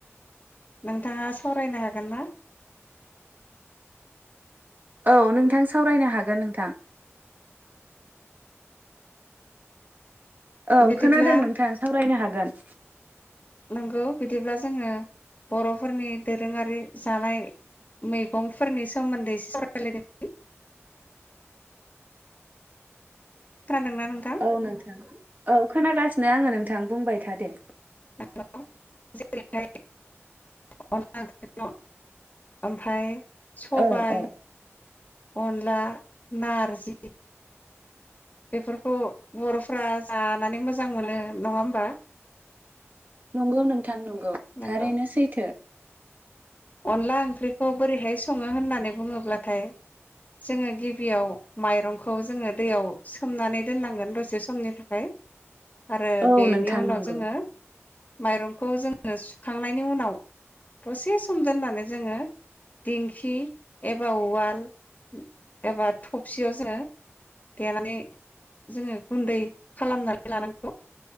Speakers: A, on the left (about 35°); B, on the right (about 40°).
A: नोंथाङा सावरायनो हागोन ना?
B: औ नोंथां सावरायनो हागोन नोंथां। औ
A: बिदिब्ला
B: खोनादों नोंथां सावरायनो हागोन।
A: नंगौ बिदिब्ला जोङो बरफोरनि दोरोङारि जानाय मैगंफोरनि सोमोन्दै एसे सावरालायदिनि। खोनादोंना नोंथां
B: औ नोंथां औ खोनागासि नो आङो नोंथां बुंबाय थादे।
A: औ जेरैहाय अनला <unintelligible> ओमफ्राय सबाय
B: औ औ
A: अनला नारजि बेफोरखौ बरफ्रा जानानै मोजां मोनो नङा होमबा?
B: नंगौ नों थां नंगौ
A: नंगौ
B: थारैनो सैथो।
A: अनला ओंख्रिखौ बोरैहाय सङो होननानै बुङोब्लाथाय जोङो गिबियाव माइरंखौ जोङो दैयाव सोमनानै दोननांगोन दसे समनि थाखाय। आरो
B: औ
A: बेनि
B: नोंथां
A: उनाव
B: नंगौ
A: जोङो माइरंखौ जोङो सुखांनायनि उनाव दसे स सम दोननानै जोङो दिंखि एबा उवाल एबा थबसियाव जोङो देनानै जोङो गुन्दै खालामनानै लानांगौ